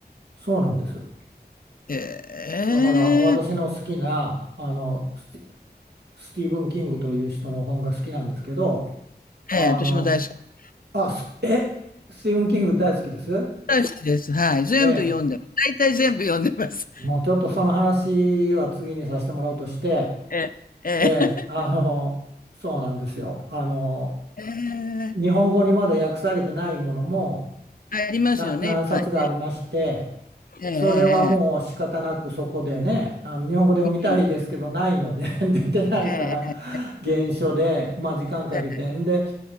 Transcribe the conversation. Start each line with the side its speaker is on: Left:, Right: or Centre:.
Right: そうなんです。
Left: ええ、
Right: だから私の好きなあのスティ、スティーブン・キングという人の本が好きなんですけど、
Left: ええ、
Right: あの、
Left: 私も大好き。
Right: あ、すえ、スティーブン・キング大好きです。
Left: 大好きです。はい。全部読んでます。
Right: ええ、
Left: 大体全部読んでます。
Right: もうちょっとその話は次にさせてもらうとして、
Left: ええ、
Right: ええ、
Left: え
Right: あの、そうなんですよ。あの、
Left: え、
Right: 日本語にまだ訳されてないものも
Left: ええありますよね、
Right: な何冊がありまして、
Left: いっぱいね。ええ、
Right: それはもう仕方なくそこでね、
Left: ええ、
Right: あの日本語で読みたいですけどないので
Left: ええうん
Right: <laughs> 出てないから
Left: ええ、
Right: 原書で、まあ、時間かけてんで
Left: ええ